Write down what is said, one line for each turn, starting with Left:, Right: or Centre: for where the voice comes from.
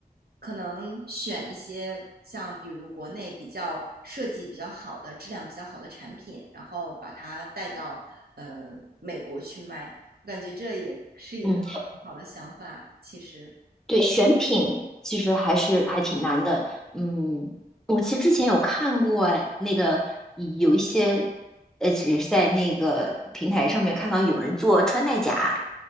Right: 可能选一些像比如国内比较设计比较好的、质量比较好的产品，然后把它带到呃美国去卖。我感觉这也是一个很好的想法，
Centre: 嗯，
Right: 其实。
Centre: 对，选品其实还是还挺难的，嗯，我其实之前有看过那个有一些。呃，只是在那个平台上面看到有人做穿戴甲，